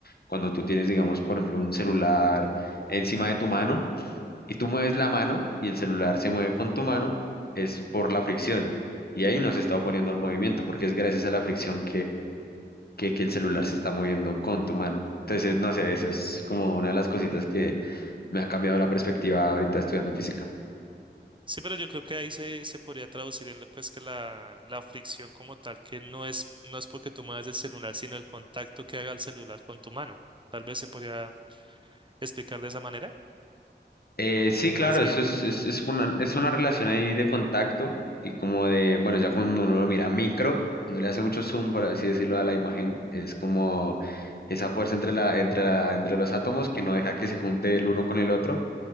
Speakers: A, on the left; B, on the right.
A: Cuando tú tienes, digamos, por ejemplo, un celular encima de tu mano y tú mueves la mano y el celular se mueve con tu mano, es por la fricción. Y ahí no se está oponiendo al movimiento porque es gracias a la fricción que, que el celular se está moviendo con tu mano. Entonces, no sé, eso es como una de las cositas que me ha cambiado la perspectiva ahorita estudiando física.
B: Sí, pero yo creo que ahí se, se podría traducir en lo, pues que la, la fricción como tal, que no es, no es porque tú muevas el celular, sino el contacto que haga el celular con tu mano. Tal vez se podría explicar de esa manera,
A: Eh, sí, claro,
B: más bien.
A: eso es, es, es una, es una relación ahí de contacto y como de, bueno, ya cuando uno lo mira micro, cuando le hace mucho zoom, por así decirlo, a la imagen, es como esa fuerza entre la, entre la, entre los átomos que no deja que se junte el uno con el otro